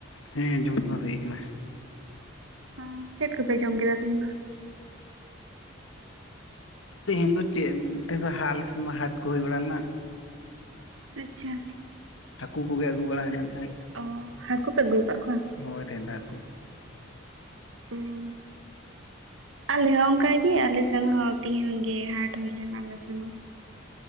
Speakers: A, on the left (about 75°); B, on the right (about 80°).
A: ᱦᱮᱸ ᱡᱚᱢ ᱠᱚ ᱦᱩᱭ ᱟᱠᱟᱱᱟ
B: ᱦᱮᱸ ᱪᱮᱫ ᱠᱚᱯᱮ ᱡᱚᱢ ᱠᱮᱫᱟ ᱛᱮᱦᱤᱧ ᱫᱚ?
A: ᱛᱮᱦᱮᱧ ᱫᱚ ᱪᱮᱫ ᱛᱮᱫᱚ ᱦᱟᱞ ᱥᱮᱢᱟ ᱦᱟᱴ ᱠᱚ ᱦᱩᱭ ᱵᱟᱲᱟ ᱞᱮᱱᱟ ᱾
B: ᱟᱪᱪᱷᱟ
A: ᱦᱟᱠᱩ ᱠᱚᱜᱮ ᱟᱹᱜᱩ ᱵᱟᱲᱟ ᱦᱩᱭ ᱞᱮᱱ ᱛᱟᱦᱮᱸᱫ᱾
B: ᱚᱻ ᱦᱟᱹᱠᱩ ᱯᱮ ᱟᱜᱩ ᱟᱠᱟᱫ ᱠᱚᱣᱟ?
A: ᱦᱳᱭ ᱴᱫᱟ ᱠᱚ <unintelligible>
B: ᱦᱩᱸ
A: <inaudible>
B: ᱟᱞᱮ ᱦᱚᱸ ᱚᱱᱠᱟᱜᱮ ᱟᱞᱮ ᱥᱮᱱ ᱦᱚᱸ ᱛᱤᱦᱤᱧ ᱜᱮ ᱦᱟᱴ ᱦᱩᱭ ᱞᱮᱱᱟ ᱟᱞᱮ ᱥᱮᱱ ᱦᱚᱸ